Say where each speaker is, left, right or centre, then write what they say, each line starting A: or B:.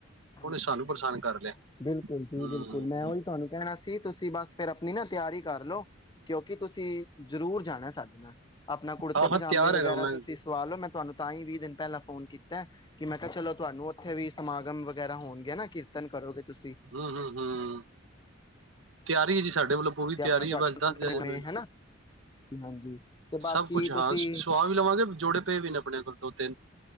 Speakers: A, on the left; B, on the right.
A: ਹਾਂਜੀ
B: ਉਹਨੇ ਸਾਨੂੰ
A: ਹਾਂਜੀ
B: ਪ੍ਰਸੰਨ ਕਰ ਲਿਆ
A: ਬਿਲਕੁਲ ਜੀ
B: ਹੂੰ
A: ਬਿਲਕੁਲ ਮੈਂ ਉਹੀ ਤੁਹਾਨੂੰ ਕਹਿਣਾ ਸੀ ਤੁਸੀਂ ਤੁਸੀਂ ਬਸ ਫਿਰ ਆਪਣੀ ਨਾ ਤਿਆਰੀ ਕਰ ਲਓ ਕਿਉਂਕਿ ਤੁਸੀਂ ਜ਼ਰੂਰ ਜਾਣਾ ਸਾਡੇ ਨਾਲ ਆਪਣਾ ਕੁੜਤੇ
B: ਹਾਂ
A: ਪਜਾਮੇ
B: ਹਾਂ ਤਿਆਰ
A: ਵਗੈਰਾ
B: ਹੈਗਾ ਮੈਂ
A: ਤੁਸੀਂ ਸਵਾ ਲੋ ਮੈਂ ਤੁਹਾਨੂੰ ਤਾਂ ਹੀ, ਵੀਹ ਦਿਨ ਪਹਿਲਾਂ ਫੋਨ ਕੀਤਾ ਕਿ ਮੈਂ ਕਿਹਾ ਚਲੋ ਤੁਹਾਨੂੰ ਉੱਥੇ ਵੀ ਸਮਾਗਮ ਵ ਖੈਰਾਂ ਹੋਣਗੀਆਂ ਨਾ ਕੀਰਤਨ ਕਰੋਗੇ ਤੁਸੀਂ
B: ਹੂੰ ਹੂੰ ਹੂੰ ਤਿਆਰੀ ਹੈ ਜੀ ਸਾਡੀ। ਮੇਰੇ ਵਲੋ ਪੂਰੀ
A: ਤੇ
B: ਤਿਆਰੀ
A: ਆਪਣਾ ਤੁਹਾਡੇ
B: ਹੈ ਬਸ
A: ਕੋਲ
B: ਦੱਸ
A: ਕੁੜਤੇ
B: ਦੇਯੋ ਜੇ
A: ਹੋਣੇ
B: ਮੈਨੂੰ।
A: ਹਨਾ ਹਾਂਜੀ। ਤੇ ਬਾਕੀ
B: ਸਭ ਕੁਛ ਹਾਂ
A: ਤੁਸੀਂ
B: ਸੁਵਾ ਵੀ ਲਵਾਂਗੇ ਜੋੜੇ ਪਏ ਵੀ ਨੇ ਆਪਣੇ ਕੋਲ ਦੋ-ਤਿੰਨ।